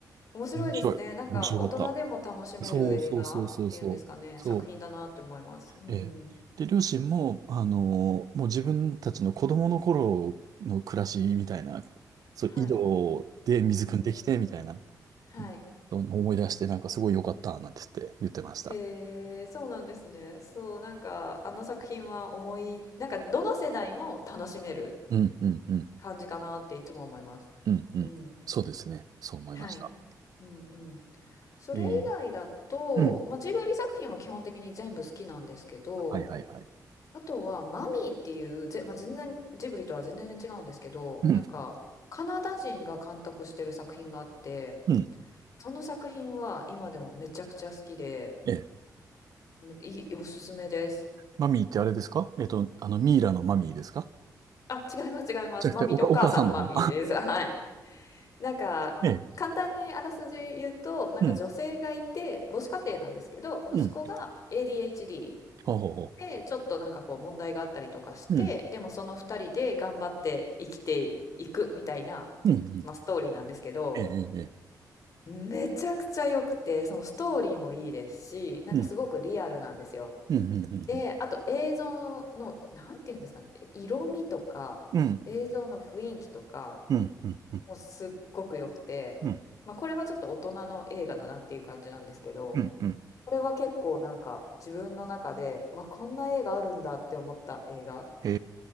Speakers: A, on the left (about 50°); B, on the right (about 60°).
A: 面白いですね。
B: 面白い。
A: なんか大人でも楽しめる映画っていうんですかね、
B: 面白かった。そうそうそうそうそう。そ
A: 作品だなって思います。うん。
B: う。えーで、両親も、あのーもう自分たちの子供の頃の暮らしみたいな、そう、
A: はい。
B: 井戸で水汲んできて、
A: うんうんうん。
B: みたいな、
A: はい。
B: うんそう思い出して、なんかすごい良かった、なんて言って言ってました。
A: へえ、そうなんですね。そう、なんかあの作品は思い、なんかどの世代も楽しめる
B: うん、うん、うん、
A: 感じかなっていつも思います。
B: うん、うん。
A: うん。
B: そうですね。そう思いました。
A: はい。うんうん。それ以外だと、
B: えーうん。
A: まあ、ジブリ作品は基本的に全部好きなんですけど、
B: はいはいはい。
A: あとは、マミーっていう、ぜ、まあ、全然、ジブリとは全然違うんですけど、
B: うん、
A: なんか、カナダ人が監督してる作品があって、
B: うん。
A: その作品は今でもめちゃくちゃ好きで、
B: えー、
A: いい、おすすめです。
B: マミーってあれですかえっと、あの、ミイラのマミーですか
A: あ、違います、違います。
B: じゃなくて、
A: マミーってお母さんのマミーです。
B: おか、お母さんの方。
A: はい。なんか、
B: <laughs>
A: 簡単にあらすじ言うと、
B: ええ
A: なんか女性がいて、
B: うん、
A: 母子家庭なんですけど、息子が
B: うん、
A: ADHD
B: ほうほうほ
A: で、ちょっとなんかこう問題があったりとかして、
B: う。うん、
A: でもその2人で頑張って生きていくみたいな、
B: うん、うん、
A: まあ、ストーリーなんですけど、
B: ええ、ええ、
A: めちゃくちゃ良くて、そのストーリーもいいですし、なんかすごくリアルなんですよ。
B: ええうん、うん、うん、うん、
A: で、あと映像の、なんていうんですかね、色味とか、
B: うん、
A: 映像の雰囲気とか、
B: うん、うん、う
A: もうすっごく良くて、
B: ん、
A: まあ、これはちょっと大人の映画だなっていう感じなんですけど、
B: うん、うん、
A: これは結構なんか自分の中で、わ、こんな映画あるんだって思った映画
B: え